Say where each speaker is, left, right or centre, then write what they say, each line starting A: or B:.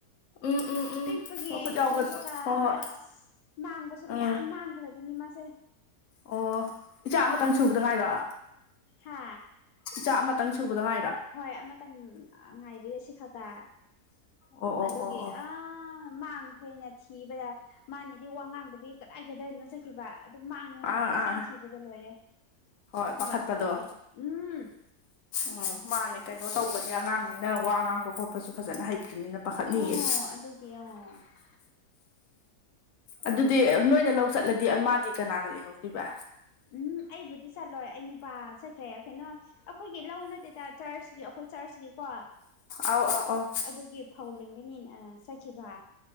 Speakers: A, on the left; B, on the left.
A: ꯎꯝ ꯎꯝ ꯎꯝ
B: ꯄꯤꯛꯄꯒꯤ
A: ꯃꯈꯨꯠ ꯌꯥꯎꯕ
B: ꯊꯨꯕꯒ
A: ꯍꯣꯏ ꯍꯣꯏ
B: ꯑꯁ ꯃꯥꯡꯕꯁꯨ
A: ꯎꯝ
B: ꯃꯌꯥꯝ ꯃꯥꯡꯈ꯭ꯔꯕꯅꯤ ꯃꯥꯁꯦ
A: ꯑꯣ ꯏꯆꯥ ꯑꯃꯇꯪ
B: ꯃꯥꯡꯕꯒꯤ
A: ꯁꯨꯕꯗ ꯉꯥꯏꯔꯣ
B: ꯍꯥ
A: ꯏꯆꯥ ꯑꯃꯇꯪ ꯁꯨꯕꯗ ꯉꯥꯏꯔ
B: ꯍꯣꯏ ꯑꯃꯇꯪ ꯉꯥꯏꯔꯤ ꯑꯁꯤ ꯈꯛꯇ
A: ꯑꯣ ꯑꯣ
B: ꯑꯗꯨꯒꯤ
A: ꯑꯣ ꯑꯣ
B: ꯑ ꯃꯥꯡꯈ꯭ꯔꯦꯅ ꯊꯤꯕꯗ ꯃꯥꯅꯗꯤ ꯋꯥꯉꯥꯡꯗꯕꯤ ꯀꯗꯥꯏ ꯀꯗꯥꯏꯅꯣ ꯆꯠꯈꯤꯕ ꯑꯗꯨꯝ ꯃꯥꯡꯉꯦꯅꯦ
A: ꯑꯥ
B: ꯀꯣꯏꯊꯤ
A: ꯑꯥ
B: ꯊꯤꯕꯗ ꯂꯣꯏꯔꯦ
A: ꯍꯣꯏ
B: ꯃꯔꯛ
A: ꯄꯥꯈꯠꯄꯗꯣ
B: ꯃꯔꯛꯇꯤ ꯎꯝ
A: ꯎꯝ ꯃꯥꯅꯦ ꯀꯩꯅꯣ ꯇꯧꯕꯅꯦ ꯑꯉꯥꯡꯅꯤꯅ ꯋꯥ ꯉꯥꯡꯕ ꯈꯣꯠꯄꯁꯨ ꯐꯖꯅ ꯍꯩꯇ꯭ꯔꯤꯕꯅꯤꯅ ꯄꯥꯈꯠꯅꯤꯌꯦ
B: ꯑꯣ ꯑꯗꯨꯒꯤ <unintelligible>
A: ꯑꯗꯨꯗꯤ ꯅꯣꯏꯅ ꯂꯧ ꯆꯠꯂꯗꯤ ꯃꯥꯗꯤ ꯀꯅꯥꯒ ꯂꯩꯍꯧꯗꯣꯏꯕ
B: ꯎꯝ ꯑꯩꯕꯨꯗꯤ ꯆꯠꯂꯣꯏ ꯑꯩ ꯅꯨꯄꯥ ꯆꯠꯈ꯭ꯔꯦ ꯀꯩꯅꯣ ꯑꯩꯈꯣꯏꯒꯤ ꯂꯧ ꯅꯠꯇꯦꯗ ꯆꯔꯆꯀꯤ ꯑꯩꯈꯣꯏ ꯆꯔꯆꯀꯤꯀꯣ
A: ꯑꯥꯎ ꯑꯥꯎ ꯑꯥꯎ
B: ꯑꯗꯨꯒꯤ ꯐꯧ ꯂꯤꯡꯒꯅꯤꯅ ꯑ ꯆꯠꯈꯤꯕ